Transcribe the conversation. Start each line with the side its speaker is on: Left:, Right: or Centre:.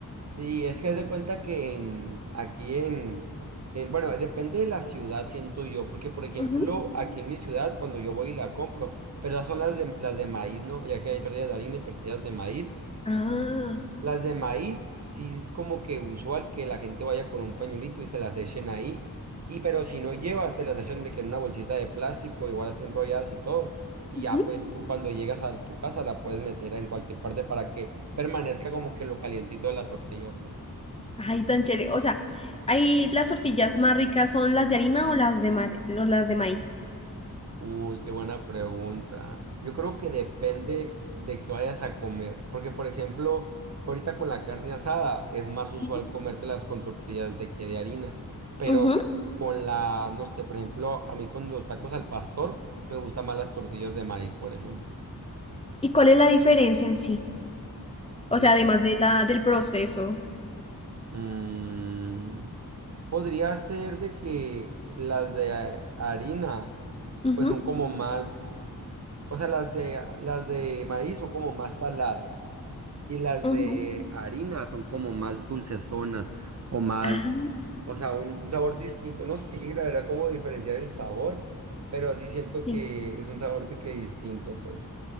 Right: Sí, es que haz de cuenta que en, aquí en, en, bueno, depende de la ciudad, siento yo, porque por ejemplo,
Left: Ujú.
Right: aquí en mi ciudad, cuando yo voy y la compro, pero las son las de, las de maíz, ¿no? Ya que hay tortillas de harina y tortillas de maíz.
Left: Ah,
Right: Las de maíz, sí es como que usual que la gente vaya con un pañuelito y se las echen ahí. Y pero si no llevas, te las echan de que en una bolsita de plástico, igual así enrolladas y todo. Y
Left: ujú.
Right: ya pues tú cuando llegas a tu casa la puedes meter en cualquier parte para que permanezca como que lo calientito de la tortilla, pues.
Left: Ay, tan chévere. O sea, ahí las tortillas más ricas son las de harina o las de ma- o las de maíz.
Right: Uy, qué buena pregunta. Yo creo que depende de que vayas a comer, porque por ejemplo, ahorita con la carne asada es más usual
Left: Ujú.
Right: comértelas con tortillas de que de harina, pero
Left: Ujú.
Right: con la, no sé, por ejemplo, a mí con los tacos al pastor me gustan más las tortillas de maíz, por ejemplo.
Left: ¿Y cuál es la diferencia en sí? O
Right: La
Left: sea,
Right: de-
Left: además de la, del proceso.
Right: Mm, podría ser de que las de harina,
Left: Ujú,
Right: pues son como más, o sea, las de, las de maíz son como más saladas Y las
Left: ujú.
Right: de harina son como más dulcezonas o más,
Left: Ah,
Right: o sea, un sabor distinto. No sé, la verdad, cómo diferenciar el sabor, pero sí siento
Left: sí.
Right: que es un sabor de que distinto, pues.